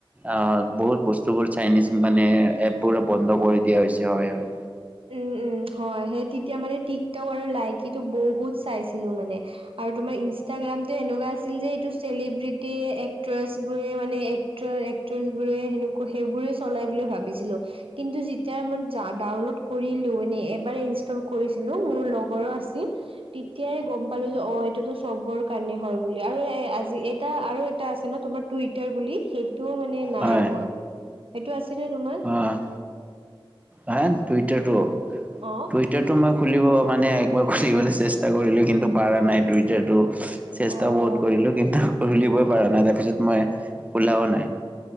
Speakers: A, on the right (about 15°); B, on the right (about 80°).
A: অ বহুত বস্তুবোৰ চাইনিজ মানে এপবোৰোঁ বন্ধ কৰি দিয়া হৈছে হয় হয়।
B: উম উম হয় সেই তেতিয়া মানে টিকটক আৰু লাইকিটো বহুত চাইছিলো মানে। আৰু তোমাৰ ইনষ্টাগ্ৰাম যে এনেকুৱা আছিল যে এইটো চেলিব্ৰিটি এক্ট্ৰেছবোৰে মানে ট্ৰ এক্ট্ৰেছবোৰে সেনেকুৱা সেইবোৰেই চলাই বুলি ভাবিছিলো। কিন্তু যেতিয়া মই জা ডাউনলোড কৰিলো মান এবাৰ ইনষ্টল কৰিছিলো মোৰ লগৰো আছিল তেতিয়াহে গম পালো যে অ এইটোতো চবৰ কাৰণে হয় বুলি আৰু আজি এটা আৰু এটা আছে ন তোমাৰ টুইটাৰ বুলি সেইটোও মানে নাই
A: হয়,
B: মোৰ এইটো আছে নে তোমাৰ?
A: অ হে টুইটাৰটো
B: অ',
A: টুই তেওঁ তোমাৰ খুলিব মানে একবাৰ খুলিবলৈ চেষ্টা কৰিলো কিন্তু পাৰা নাই টোইটাৰটো। চেষ্টা
B: অ'।
A: বহুত কৰিলো কিন্তু উলিবই পৰা নাই তাৰ পিছত মই ওলাও নাই।